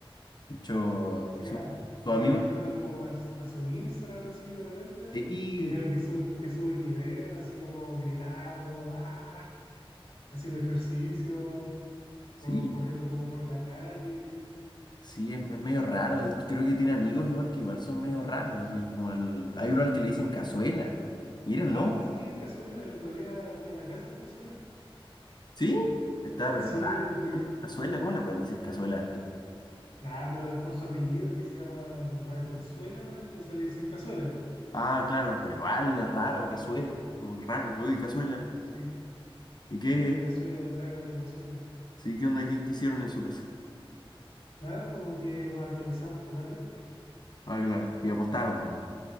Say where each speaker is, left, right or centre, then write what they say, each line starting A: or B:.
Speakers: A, on the left; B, on the left.
A: De hecho,
B: Sí,
A: su,
B: ah,
A: su
B: yo,
A: amigo,
B: yo me meto como a, a su Instagram así de repente
A: sí,
B: y veo que, sube que sube videos así como gritando, ¡ah! haciendo ejercicio o
A: sí,
B: corriendo como por la calle.
A: sí, es, es medio raro. De hecho, creo que tiene amigos igual que igual son medio raros, así como el, hay uno al que le dicen cazuela. Mira el
B: Ah,
A: nombre,
B: sí, el Cazuela. El otro día fui a la casa del Cazuela.
A: sí, está raro.
B: Sí, el otro día.
A: Cazuela, ¿cómo le pueden decir cazuela a alguien?
B: Nada, pero es por su apellido que se llama Valenzuela, entonces le dicen Cazuela.
A: Ah, claro, pero igual es raro, cazuela, como raro, uy, cazuela, sí.
B: Sí.
A: ¿Y qué?
B: Oye, Cazuela, tráeme la Cazuela.
A: Sí, ¿qué onda? ¿Qué, qué hicieron en su casa?
B: Nada, como que nos alcoholizamos totalmente.
A: Ah, claro, y apostaron también.